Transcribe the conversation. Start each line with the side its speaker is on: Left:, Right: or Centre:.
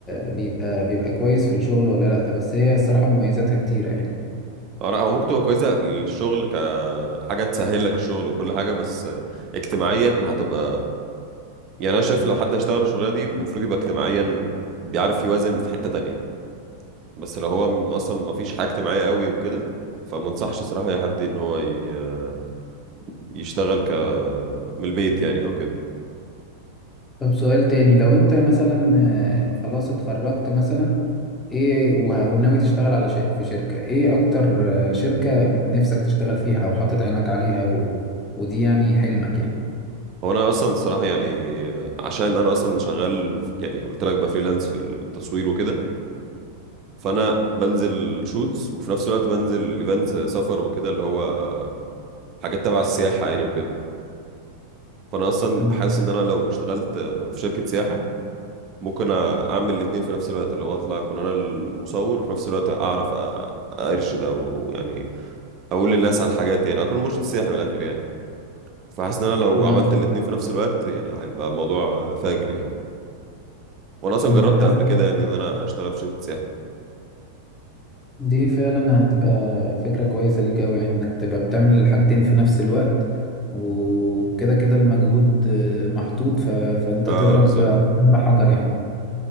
Left: بيبقى بيبقى كويس في الشغل ولا لأ بس هي الصراحة مميزاتها كتيرة يعني
Right: او ممكن تبقى كويسه الشغل كحاجه تسهل لك الشغل وكل حاجه بس اجتماعيا هتبقى يعني انا شايف لو حد هيشتغل الشغلانه دي المفروض يبقى اجتماعيا بيعرف يوازن في حته تانية بس لو هو م- اصلا ما فيش حاجه اجتماعيه قوي وكده فما انصحش صراحه اي حد ان هو ي- يشتغل ك من البيت يعني او كده
Left: طب سؤال تاني لو انت مثلا آه، خلاص اتخرجت مثلا ايه وه- وناوي تشتغل على شيء في شركة ايه اكتر آه، شركة نفسك تشتغل فيها او حاطط عينك عليها و... ودي يعني حلمك يعني
Right: هو انا اصلا صراحه يعني عشان انا اصلا شغال في- يعني قلت لك بفريلانس في التصوير وكده فانا بنزل شوتس وفي نفس الوقت بنزل ايفنتس سفر وكده اللي هو حاجات تبع السياحه يعني وكده فانا اصلا
Left: مم.
Right: حاسس ان انا لو اشتغلت في شركه سياحه ممكن اعمل الاثنين في نفس الوقت اللي هو اطلع اكون انا المصور وفي نفس الوقت اعرف أ- ارشد او يعني اقول للناس على الحاجات يعني اكون مرشد سياحي من الاخر يعني فحاسس ان انا لو
Left: آه،
Right: عملت الاتنين في نفس الوقت يعني هيبقى موضوع فاجر يعني وانا اصلا
Left: أمم،
Right: جربت
Left: حاسس
Right: قبل كده يعني ان انا اشتغل في شركة سياحة
Left: دي فعلا هتبقى فكرة كويسة ليك أوي يعني إنك تبقى بتعمل الحاجتين في نفس الوقت وكده كده المجهود آه، محطوط ف... فأنت
Right: اه
Left: تضرب
Right: بالظبط
Left: عصفورين بحجر يعني